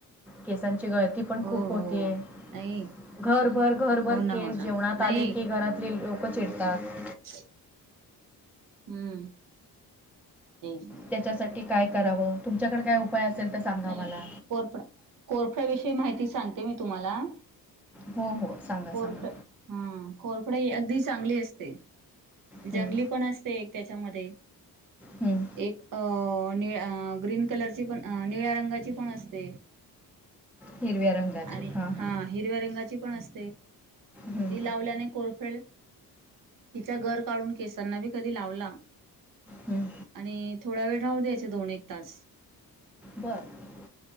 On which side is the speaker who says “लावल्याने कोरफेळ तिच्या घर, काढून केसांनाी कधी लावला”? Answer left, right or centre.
Right